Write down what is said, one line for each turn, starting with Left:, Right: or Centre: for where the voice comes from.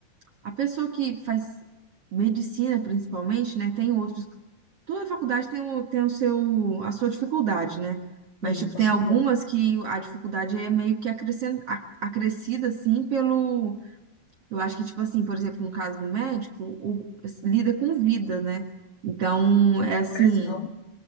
Right: a pessoa que faz medicina principalmente, né? Tem outros Toda faculdade tem o, tem o seu, a sua dificuldade, né? Mas,
Left: Sim,
Right: tipo,
Left: com
Right: tem
Left: certeza.
Right: algumas que a dificuldade é meio que acrescen- a- acrescida, assim, pelo... Eu acho que, tipo assim, por exemplo, no caso do médico, o, lida com vida, né? Então, é
Left: A
Right: assim,
Left: pressão.